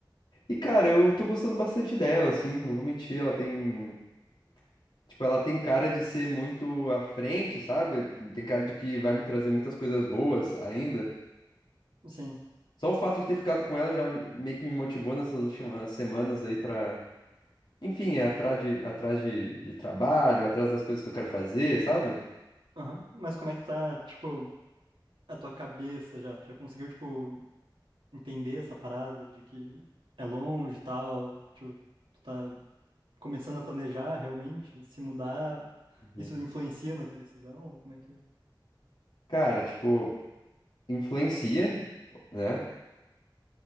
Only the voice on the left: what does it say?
E, cara, eu tô gostando bastante dela, assim, não vou mentir, ela tem. Tipo, ela tem cara de ser muito à frente, sabe? Tem cara de que vai me trazer muitas coisas boas ainda.
Só o fato de ter ficado com ela já meio que me motivou nessas últimas semanas aí pra Enfim, é atrás de, atrás de, de trabalho, atrás das coisas que eu quero fazer, sabe?
Uhum.
Cara, tipo, influencia, né?